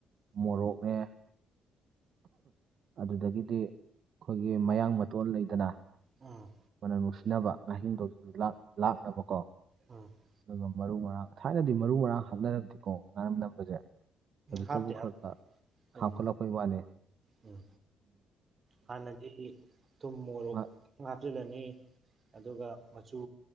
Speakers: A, on the right; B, on the right.
A: ꯃꯣꯔꯣꯛꯅꯦ ꯑꯗꯨꯗꯒꯤꯗꯤ ꯑꯩꯈꯣꯏꯒꯤ ꯃꯌꯥꯡ ꯃꯇꯣꯟ ꯂꯩꯗꯅ
B: ꯎꯝ ꯎꯝ
A: ꯃꯅꯁ ꯊꯤꯅꯕ ꯉꯥꯍꯤꯡꯗꯧꯗꯨꯁꯨ ꯂꯥꯛꯅꯕ ꯀꯣ
B: ꯎꯝ
A: ꯑꯗꯨ ꯃꯔꯨ ꯃꯔꯥꯡ ꯊꯥꯏꯅꯗꯤ ꯃꯔꯨ ꯃꯔꯥꯡ ꯍꯥꯞꯅꯔꯝꯛꯇꯦꯀꯣ ꯉꯥꯏꯔꯝꯗꯕꯁꯦ ꯍꯧꯖꯤꯛꯇꯕꯨ
B: ꯍꯥꯞꯇꯦ ꯍꯥꯞ
A: ꯈꯔ ꯈ
B: ꯎꯝ
A: ꯍꯥꯞꯀꯠꯂꯛꯄꯣꯏ ꯋꯥꯅꯦ
B: ꯎꯝ ꯍꯥꯟꯅꯗꯤ ꯊꯨꯝꯃ
A: ꯃꯥ-
B: ꯉꯥꯛꯂꯂꯅꯤ ꯑꯗꯨꯒ ꯃꯆꯨ